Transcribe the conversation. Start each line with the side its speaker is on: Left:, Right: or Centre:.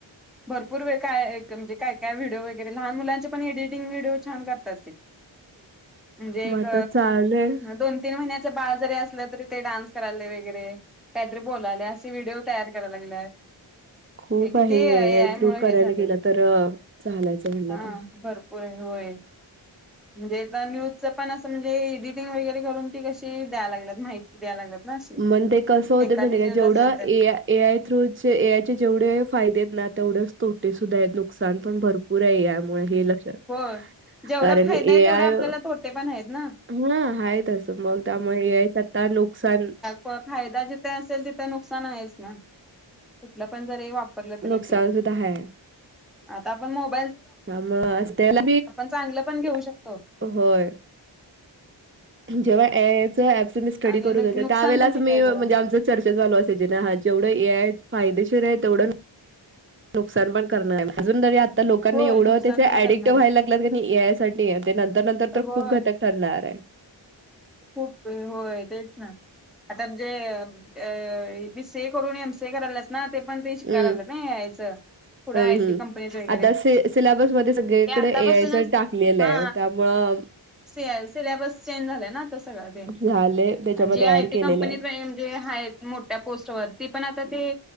Centre: भरपूर वे काय म्हणजे, काय, काय व्हिडिओ वगैरे, लहान मुलांचे पण एडिटिंग व्हिडिओ छान कर करतेत, म्हणजे
Right: मग
Centre: एक,
Right: आता चाललंय
Centre: दोन. च बाळ जरी असलं तरी ते डान्स करायलेय वगैरे कायतरी बोलायलय असं व्हिडिओ तयार करायला लागल्यात.
Right: खूप
Centre: हे किती
Right: आहे
Centre: ए आय
Right: थ्रू
Centre: मुळं
Right: करायला
Centre: हे झालेय,
Right: गेलं तर चालायचं म्हणलं
Centre: हा
Right: आता
Centre: भरपूर हाय हो, होय, म्हणजे आता न्यूज पण असं म्हणजे एडीट टींग वगैरे करून ती कशी द्या लागतल्यात माहिती द्या लागल्यात. ना अशी
Right: मण ते कसं होत
Centre: एखादी
Right: म्हण का..
Centre: न्यूज
Right: जेवढं
Centre: असेल तर
Right: A I through A I चे जेवढे फायदेत ना तेवढेच तोटे सुद्धा आहेत, नुकसान पण भर पुरय, यामुळे हे लक्षा
Centre: भरपूर जेवढा
Right: कारण
Centre: फायदा
Right: ए
Centre: आहे तेवढा
Right: आय,
Centre: आपल्याला तोटे पण आहेत ना
Right: हा, आहे तसं मग त्यामुळ ए आय च आता नुकसान
Centre: प फायदा जिथे असेल तिथे नुकसान आहेच ना, कुठलं पण जरी वाप वारलं तरी
Right: नुकसान
Centre: ते,
Right: सुद्धा आहे.
Centre: आता आपण मोबा
Right: त्यामुळं आज त्याला,
Centre: चांगलं पण घेऊ
Right: <inaudible>
Centre: शकतो
Right: होय. जेव्हा ए आय च ऍप स्टडी
Centre: आणि
Right: करत
Centre: नुकसान
Right: होते, त्यावेळेलाच
Centre: पण किती
Right: मी
Centre: आहे बघा
Right: म्हणजे आमची चर्चा चालू असायची हा जेवढं ए आय फायदे शीर हे तेवढं नुकसान पण करणार अजून तरी आ ता लोकांनी
Centre: होय
Right: एवढं
Centre: नुकसान
Right: त्याच
Centre: पण
Right: ऍडिकट
Centre: करणार
Right: व्हायल
Centre: आहे
Right: लागल्यात क नई ए आय साठी ते नं तर नंतर तर,
Centre: होय
Right: खूप घातक ठरनार आय.
Centre: खूप वेळ होय तेच ना आता जे अ बीसीए करून एमसीए करायल्यास ना ते पण बी शिकायला
Right: हम्म
Centre: लागल्यात ना ए आय च. पुढं
Right: हम्म
Centre: आहे
Right: हम्म
Centre: ते कंपनीत वगैरे,
Right: आता सि सिलेबसमध्ये सगळीकडे
Centre: ते आतापसूनच
Right: ए आयच टाकलेलं
Centre: हा
Right: आहे त्यामुळं
Centre: सि सिलेबस चेंज झाल्या सगळं ते
Right: झाले त्याच्यामध्ये
Centre: आणि जे आयटी
Right: ऍड केलेले
Centre: कंपनीत
Right: आहे
Centre: म्हणजे हायत मोठ्या पोस्ट वर. ते पण आता ते